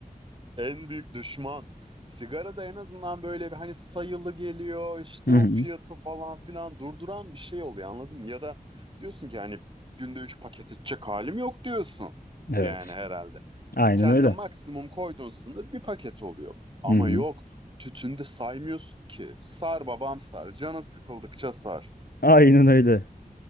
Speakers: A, on the right; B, on the left.
A: en büyük düşman. Sigara da en azından böyle bir hani sayılı geliyor işte
B: Hı
A: o
B: hı.
A: fiyatı falan filan durduran bir şey oluyor anladın mı? Ya da diyorsun ki hani günde 3 paket içecek halim yok diyorsun.
B: Evet.
A: Yani herhalde.
B: Aynen
A: Kendine
B: öyle.
A: maksimum koyduğun sınır bir paket oluyor. Ama
B: Hı hı.
A: yok tütünde saymıyorsun ki. Sar babam sar. Canın sıkıldıkça sar.
B: Aynen öyle.